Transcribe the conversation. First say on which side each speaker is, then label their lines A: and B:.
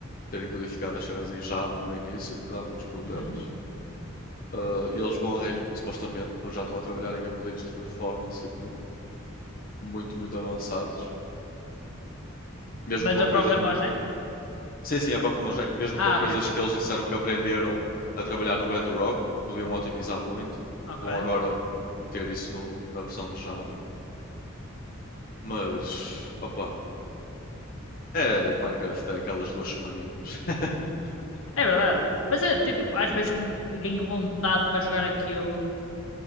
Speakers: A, on the left; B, on the left.
A: terem codificado as cenas em Java no início, que dá muitos problemas.
B: Uhum.
A: Ah, e eles vão arranjar, supostamente, já estão a trabalhar em updates de performance tipo, muito, muito avançados mesmo
B: Mas
A: com
B: a própria
A: coisas,
B: Mojang?
A: Sim, sim, a própria imagem. Mesmo
B: Ah,
A: com coisas
B: ok.
A: que eles disseram que aprenderam a trabalhar no Bedrock, podiam otimizar muito.
B: Ok.
A: Vão agora meter isso no- na versão de Java. Mas, opa, é Minecraft, é aquelas duas semaninhas. <laughs>
B: É verdade. Mas é tipo, às vezes ganho ganho vontade para jogar aquilo.